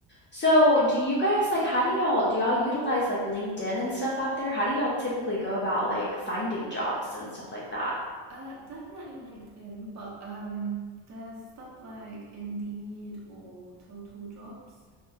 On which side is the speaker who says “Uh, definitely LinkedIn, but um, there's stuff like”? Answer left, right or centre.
Right